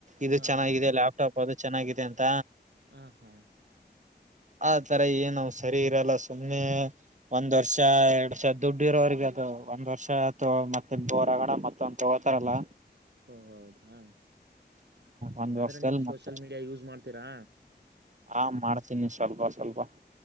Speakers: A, on the right; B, on the right.
A: ಇದು
B: ಹಾ
A: ಚೆನ್ನಾಗಿದೆ
B: ಹಾ
A: ಲ್ಯಾಪ್ಟಾಪ್ ಅದು ಚೆನ್ನಾಗಿದೆ ಅಂತ
B: ಹ ಹಾ
A: ಆತರ ಏನ್ ಸರಿ ಇರಲ್ಲ ಸುಮ್ನೆ ಒಂದ್ ವರ್ಷ ಎರಡ್ ವರ್ಷ ದುಡ್ಡು ಇರೋರ್ಗ ಅದು ಒಂದ್ ವರ್ಷ ಮತ್ತೆ ದೋರಗಡ ಮತ್ತೊಂದು ತೋತಾರಲ್ಲ
B: ಓ ಹೌದಾ
A: ಒಂದ್
B: ಅಂದರೆ
A: ವರ್ಷದಲ್ಲಿ
B: ನೀವು ಸೋಷಲ್
A: ಮತ್ತ
B: ಮೀಡಿಯಾ ಯೂಸ್ ಮಾಡ್ತೀರಾ
A: ಹಾ ಮಾಡ್ತೀನಿ ಸ್ವಲ್ಪ ಸ್ವಲ್ಪ